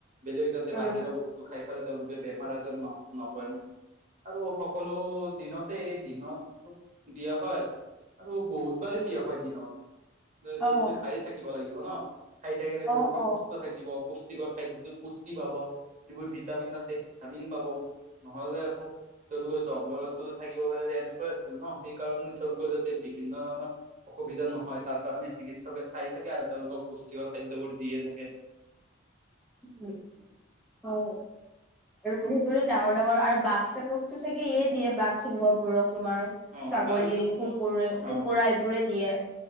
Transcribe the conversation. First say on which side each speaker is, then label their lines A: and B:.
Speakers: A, on the right (about 40°); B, in the centre.
A: বেলেগ যাতে
B: উম
A: বাহিৰৰ বস্তু খাই পেলাই তেওঁলোকে বেমাৰ আজৰত ন নপয়েম আৰু সকলো দিনতে এই দিনতো দিয়া হয় আৰু বহুত বাৰেই দিয়া হয় দিনত তেওঁলোকে
B: অ
A: খায়ে থাকিব লাগিব ন খাই থাকিলে
B: অ
A: তেওঁলোকে
B: অ
A: সুস্থ থাকিব পুষ্ কৰ খাদ্যত পুষ্টি পাব যিবোৰ ভিটামিন আছে ভিটামিন পাব নহলে আকৌ তেওঁলোকৰ জংঘলতো থাকিব পাৰিলেহেতেন আছিল ন সেই কাৰণে তেওঁলোকৰ যাতে বিভিন্ন ধৰণৰ অসুবিধা নহয় যাৰ কাৰণে চিকিৎসকে চাই থাকে আৰু তেওঁলোকক পুষ্টিকৰ খাদ্যবোৰ দিয়ে থাকে
B: উম হ আৰু সেইবোৰো ডাঙৰ ডাঙৰ আৰু বাঘ চাঘক টো চাগে ইয়ে দিয়ে বাঘ সিংহ বোৰক তোমাৰ
A: অ
B: ছাগলী
A: বায়ু
B: কুকুৰে কুকুৰা
A: অ
B: এইবোৰে দিয়ে